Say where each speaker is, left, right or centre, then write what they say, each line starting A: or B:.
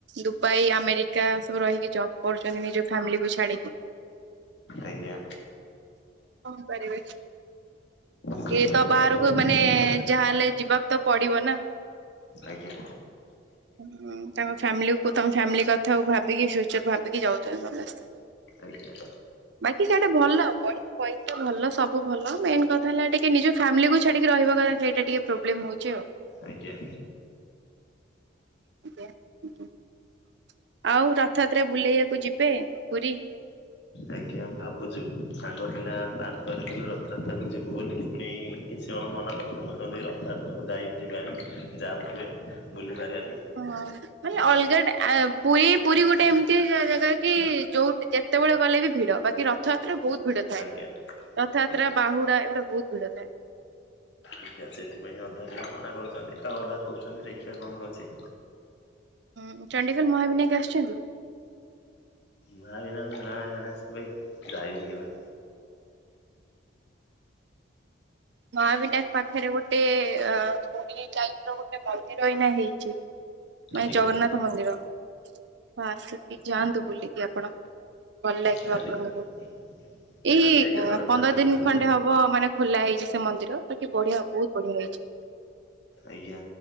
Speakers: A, on the right; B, on the left.
A: ଦୁବାଇ ଆମେରିକା ସବୁ ରହିକି ଜବ୍ କରୁଚନ୍ତି ନିଜ ଫ୍ୟାମିଲିକୁ ଛାଡିକି।
B: ଆଜ୍ଞା।
A: କଣ କରିବେ
B: ସେଥିପାଇଁ
A: ଇଏ ତ ବାହାରକୁ
B: କରିବାକୁ ପଡୁଛି
A: ମାନେ ଯାହାହେଲେ ଯିବାକୁ ତ ପଡିବ ନା।
B: ଆଜ୍ଞା।
A: ହୁଁ ତାଙ୍କ ଫ୍ୟାମିଲି କୁ ତାଙ୍କ ଫ୍ୟାମିଲି କଥା କୁ ଭାବିକି ଫ୍ୟୁଚର ଭାବିକି ଯାଉଚନ୍ତି ସମସ୍ତେ।
B: ଆଜ୍ଞା।
A: ବାକି ସେଇଟା ଭଲ ବଢିଆ ପଇସା ଭଲ ସବୁ ଭଲ ମେନ କଥା ହେଲା ଟିକେ ନିଜ ଫାମିଲିକୁ ଛାଡିକି ରହୀବା କଥାଇଟା ସେଇଟା ଟିକେ ପ୍ରୋବ୍ଲେମ ହଉଚି ଆଉ।
B: ଆଜ୍ଞା।
A: ଆଉ ରଥଯାତ୍ରା ବୁଲେଇବାକୁ ଯିବେ ପୁରୀ?
B: ଆଜ୍ଞା ଭାବୁଚୁ ସାଙ୍ଗ ପିଲା ପ୍ଲାନ୍ କରିଥିଲୁ ରଥଯାତ୍ରକୁ ଯିବୁ ବୋଲି ପୁଣି କିଛି ଜଣ ମନା କରୁଚନ୍ତି କହୁଛନ୍ତି ରଥଯାତ୍ରାକୁ ଯାଇ ଯିବାନି ଜାମ୍ ଥିବେ ବୁଲିପାରିବାନି।
A: ହଁ ମାନେ ଅଲଗାଟା ପୁଇ ପୁରୀ ଗୋଟେ ଏମତିଆ ଜାଗା କି ଯୋଉ ଯେତେବେଳେ ଗଲେ ବି ଭିଡ। ବାକି ରଥଯାତ୍ରା ବହୁତ ଭିଡ ଥାଏ।
B: ଆଜ୍ଞା
A: ରଥଯାତ୍ରା
B: ଆଜ୍ଞା
A: ବାହୁଡା ଏଗୁଡା ବହୁତ ଭିଡ ଥାଏ।
B: ଆଜ୍ଞା ସେଥିପାଇଁ ଅଧା ପିଲା ମନା କରୁଛନ୍ତି ଆଉ ଅଧା କହୁଛନ୍ତି ଦେଖିବା କଣ ହେଉଚି।
A: ହୁଁ ଚଣ୍ଡିଖୋଲ ମହାବିନାୟକ ଆସିଚନ୍ତି?
B: ମାଆ ବିନାଙ୍କ <unintelligible> ଯାଇନି କେବେ
A: ମହାବିନାୟକ ପାଖରେ ଗୋଟେ ପୁରୀ ଟାଇପ ର ଗୋଟେ ମନ୍ଦିର ଏଇନା ହେଇଚି। ମାନେ
B: ଆଜ୍ଞା
A: ଜଗନ୍ନାଥ ମନ୍ଦିର। ହ ଆସିକି ଯାଆନ୍ତୁ ବୁଲିକି ଆପଣ ଭଲ ଲାଗିବ
B: ଆଜ୍ଞା
A: ଆପଣଙ୍କୁ।
B: <unintelligible>
A: ଏଇ ପନ୍ଦର
B: ଫାଙ୍କା
A: ଦିନ
B: ହେଲେ
A: ଖଣ୍ଡେ ହବ ମାନେ ଖୋଲା ହେଇଚି ସେ ମନ୍ଦିର ବାକି ବଢିଆ ବହୁତ ବଢିଆ ହେଇଚି।
B: ଆଜ୍ଞା।